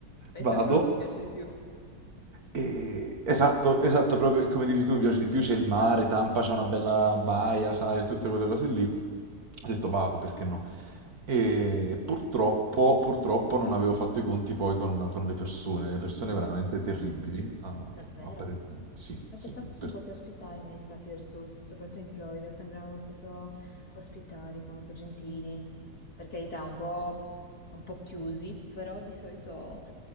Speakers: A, on the left; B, on the right.
A: Penso
B: vado.
A: a quello che ti piace di più.
B: E- Esatto, esatto, proprio come dici tu, mi piace di più, c'è il mare, Tampa c'è una bella baia, sai, tutte quelle cose lì. Ho detto vado, perché no? E purtroppo, purtroppo non avevo fatto i conti poi con, con le persone, le persone veramente terribili,
A: Oh mio Dio,
B: a,
A: davvero?
B: a parer mio. Sì,
A: Ma
B: sì,
A: pensavo fosse
B: per-
A: un po' più ospitali negli stati del sud, soprattutto in Florida, sembravano proprio ospitali, comunque gentili, per carità, un po', un po' chiusi, però di solito,